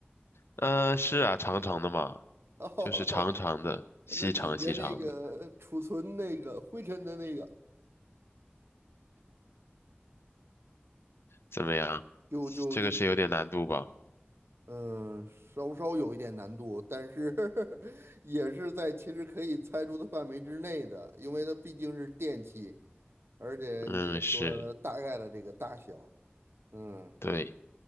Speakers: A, on the left; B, on the right.
A: 嗯、是啊，长长的嘛，
B: <laughs> 哦，
A: 就是长长的，细长细长的。
B: 那底下那个储存那个灰尘的那个，
A: 怎么样？
B: 就就就，
A: 这个是有点难度吧？
B: 嗯，稍稍有一点难度，但是 <laughs> 也是在其实可以猜出的范围之内的，因为它毕竟是电器。而且你也说了它大概的这个大小，
A: 嗯，是，
B: 嗯，
A: 对，